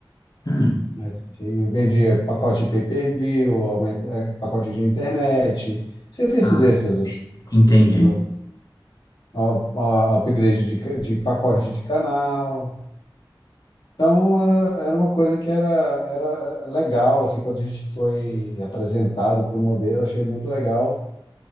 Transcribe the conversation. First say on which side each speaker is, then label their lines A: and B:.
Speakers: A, on the left; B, on the left.
A: Hum,
B: A gente vendia pacote de pay-per-view, aumento, eh, pacote de internet, serviços
A: ah,
B: extras,
A: entendi.
B: no final a- a upgrade de, ca- de pacote de canal. Então, era, era uma coisa que era, era legal, assim, quando a gente foi apresentado para o modelo, achei muito legal.